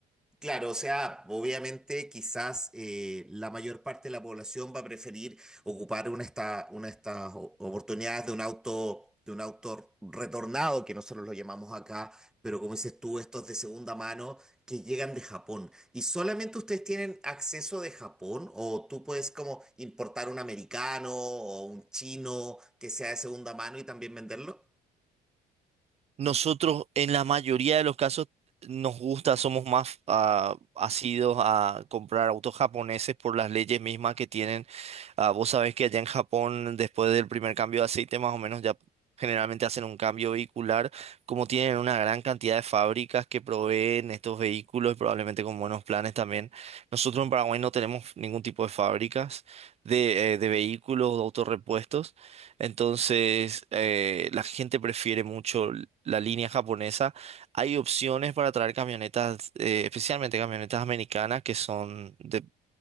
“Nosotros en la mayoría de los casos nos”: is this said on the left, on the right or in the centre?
Right